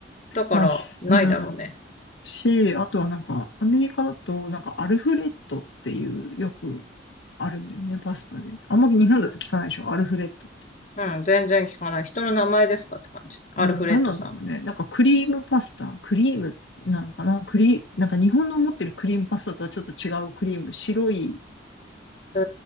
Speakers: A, on the left; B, on the left.
A: だから、
B: まあ、すうん。
A: ないだろうね。
B: し、あとはなんか、アメリカだと、なんかアルフレッドっていう、よくあるんだよね、パスタで。あんまり日本だと聞かないでしょ、アルフレッドって。
A: うん、全然聞かない。人の名前ですかって感じ。
B: うん、
A: アルフレッドさ
B: なんなんだろうね。なんかクリームパスタ、クリームなのかなクリ、なんか日本の思ってるクリームパスタとはちょっと違うクリーム、白い
A: ん。へ